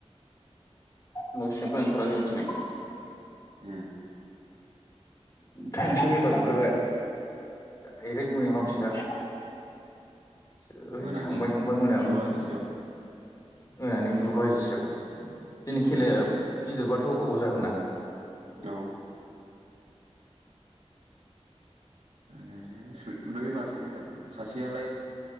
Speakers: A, on the left; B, on the right.
A: न' सिंनिफ्राय ओंखाराख जों दिनै।
B: ए।
A: टाइमसो हबा ओंखारबाय रेक महै हामसि
B: औ
A: दा जै
B: मोनानि
A: थांबाय थांबाय मोनायाव
B: गु
A: आं
B: बाजिसोआव
A: मोनानि गु बाजिसोआव दिनै खेलाया
B: उम
A: गिदिरबाथ' गोबाव जागोन ना?
B: औ नायनायसै सै बै मासे सासेयालाय